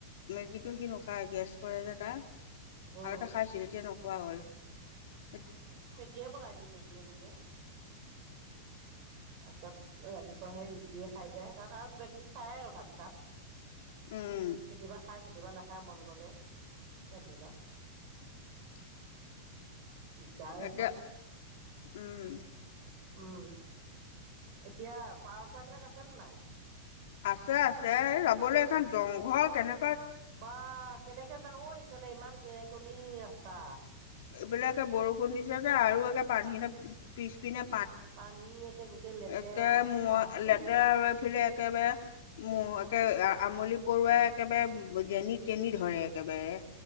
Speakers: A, on the left; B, on the right.
A: মেগীতো সি নেখাই গেছ কৰে যে। তাৰ,
B: উম,
A: আগতে খাইছিল এতিয়া নোখোৱা হ'ল, এত
B: কীয়ে বনাই দিওঁ, মেগীয়ে, দিমে। তাৰপিছত ৰাতিপুৱা সেই ৰুটিয়ে খাই যায়, তাত আৰু কিবা কিবি খায় আৰু ভাত চাত।
A: উম
B: কেতিয়াবা খায় কেতিয়াবা নাখায়, মন গ'লে কেণ্টিনত।
A: <inaudible>
B: দিগদাৰ এইখন,
A: এতিয়া উম
B: উম। এতিয়া পাৰ চৰাই বিলাক আছেনে নাই?
A: আছে আছে, এ যাবলৈ এইখন জংঘল কেনে
B: বা কেনেকে যা ঐ এইফালে? ইমান গেৰেকনি ৰাস্তা।
A: এইবিলাকে বৰষুণ দিছে যে আৰু একে পানী খেনে পিছ পিনে
B: পানী একে গোটেই লেতেৰা
A: একে
B: এসোপা
A: মুৱা,
B: চি
A: লেতেৰা আৰু এইফিলে একেবাৰে মুৱা কে আমলি পৰুৱাই একেবাৰে যেনি তেনি ধৰে একেবাৰে।